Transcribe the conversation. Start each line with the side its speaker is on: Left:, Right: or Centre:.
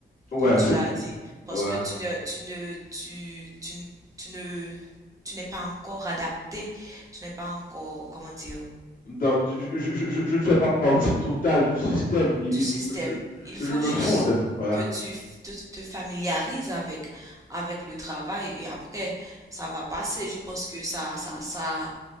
Left: Ouais,
Right: comme tu
Left: c'est-
Right: l'as dit, parce
Left: ouais.
Right: que tu ne tu ne tu, tu, ne- tu ne tu n'es pas encore adapté, tu n'es pas encore comment dire
Left: Dans- je, je- je- je ne fais pas partie totale du système. Il,
Right: du
Left: il
Right: système.
Left: faut que je,
Right: Il
Left: que
Right: faut
Left: je me
Right: juste
Left: fonde. Ouais.
Right: que tu f- te, te familiarises avec avec le travail et après ça va passer. Je pense que ça ça ça